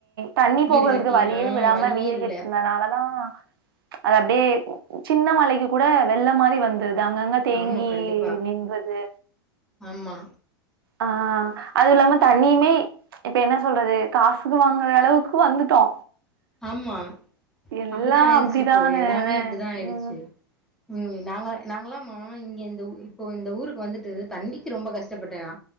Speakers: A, on the right; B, in the centre.
A: தண்ணி போகறதுக்கு
B: வீடு கட்டி
A: வழியே
B: ஆ
A: விடாம
B: வழியே
A: வீடு
B: இல்ல
A: கட்டுனா நாலதா அது அப்படியே சின்ன மலைக்கு கூட வெள்ள மாதிரி வந்து அங்கங்க தேங்கி
B: ஆமா கண்டிப்பா
A: நின்றது
B: ஆமா
A: ஆ அது இல்லாம தண்ணியுமே இப்ப என்ன சொல்றது காசுக்கு வாங்கறளவுக்கு வந்துட்டோ
B: ஆமா
A: எல்லா
B: அப்படித்தா ஆயிடுச்சு
A: அப்டிதான
B: இப்போ எல்லாமே அப்படிதா ஆயிடுச்சு
A: ம்
B: ம் நாங்கள நாங்களாமா இங்க இந்த இப்போ இந்த ஊருக்கு வந்துட்டு தண்ணி ரொம்ப கஷ்டபட்டே நா